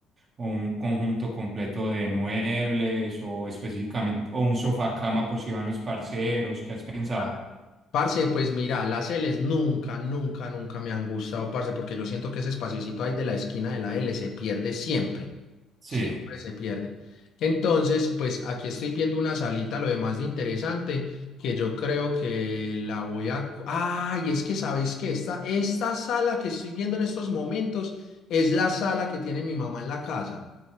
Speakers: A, on the right; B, on the left.
A: o un conjunto completo de muebles o específicamente, o un sofá cama por si van los parceros, ¿qué has pensado?
B: está. Parce, pues mira, las L's nunca, nunca, nunca me han gustado, parce, porque yo siento que ese espaciocito ahí de la esquina de la L se pierde siempre.
A: Sí.
B: siempre se pierde. Entonces, pues aquí estoy viendo una salita, lo demás de interesante, que yo creo que la voy a... Ah, y es que sabes que esta, esta sala que estoy viendo en estos momentos es la sala que tiene mi mamá en la casa.